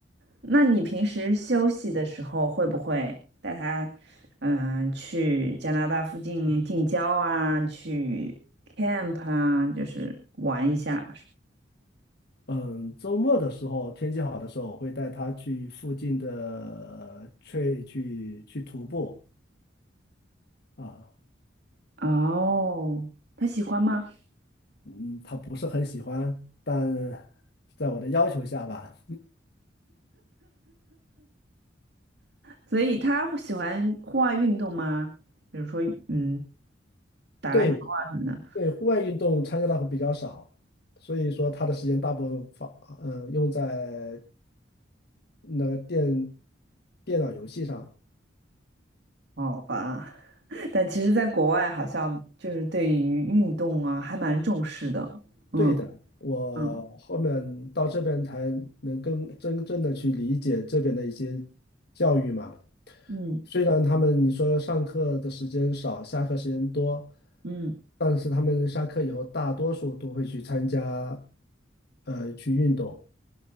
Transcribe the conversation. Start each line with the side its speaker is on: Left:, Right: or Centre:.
Right: 那你平时休息的时候会不会带他嗯、去加拿大附近近郊啊，去 camp 啊，就是玩一下？
Left: 嗯，周末的时候，天气好的时候，我会带他去附近的去去去徒步啊。
Right: 哦，他喜欢吗？
Left: 嗯，他不是很喜欢，但在我的要求下吧，
Right: 所以他会喜欢户外运动吗？比如说嗯打篮球啊什么的。
Left: 对对，户外运动参加的会比较少，所以说他的时间大部分放，呃，用在那个电电脑游戏上。
Right: 好吧。但其实，在国外好像就是对于运动啊，还蛮重视的。嗯
Left: 对的，我后面到这边才能更真正的去理解这边的一些
Right: 嗯
Left: 教育嘛。
Right: 嗯
Left: 虽然他们你说上课的时间少，下课时间多，
Right: 嗯，
Left: 但是他们下课以后大多数都会去参加，呃，去运动